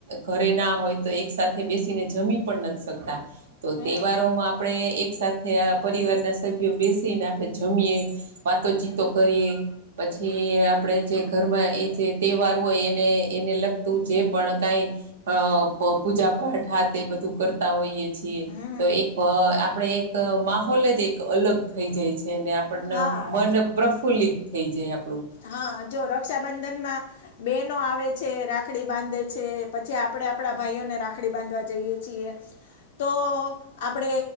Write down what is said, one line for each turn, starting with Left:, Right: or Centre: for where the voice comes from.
Right: ઘરે ના હોય તો એક સાથે બેસીને જમી પણ નથી શકતા તો
Left: હમ
Right: તહેવારોમાં આપ ણે એક સાથે આ પરિવારના સભ્યો બેસીને આપણે જમીએ. વાતોચીતો કરીએ પછી આપણેે જે ઘરમાં એ હોય એને એને લગતું જે પણ કાંઈ અ પૂજા પાઠ હાથે બધું કરતા હોઈએ. છીએ
Left: હમ
Right: તો એક આપણે એક માહોલ જ એક અલગ થઈ જાય છે, ને આ પને
Left: હા
Right: મન પ્રફુલ્લિત થઈ જાય. આપણું
Left: હા, જો રક્ષાબંધનમાં બેનો આવે છે રાખડી બાંધે છે પછી આપણેે આપડા ભાઈઓને રાખડી બાંધવા જઈએ છીએ. તો આપણે